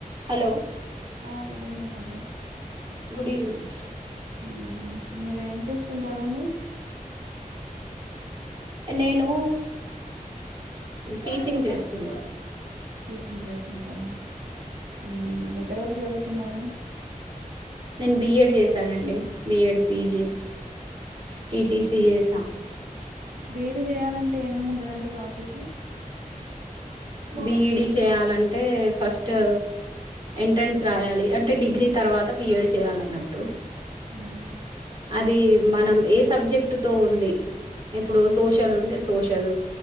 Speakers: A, on the right (about 35°); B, on the right (about 75°).
A: Hello
B: ఆ good evening అండి
A: good evening
B: ఉ మీర్ ఎమ్ చేస్తుంటారండి
A: నేను టీచింగ్ చేస్తున్న
B: టీచింగ్ చేస్తుంటరా ఉహు ఎక్కడ వరకు చదువుకున్నారు.
A: నేను బిఏడ్ చేశానండి B Ed P G T T C చేశా
B: బి ఈ డి చేయాలంటే ఏమేమి ఉంటదండి ప్రాసెసు
A: బి ఈ డీ చేయాలంటే ఫస్టు ఎంట్రెన్స్ రాయాలి అంటే డిగ్రీ తర్వాత బి ఏ డ్ చేయాలన్నట్టు.
B: ము
A: అది మనం ఏ సబ్జెక్ట్ తో ఉంది ఇప్పుడు సోషల్ ఉంటే సోషలు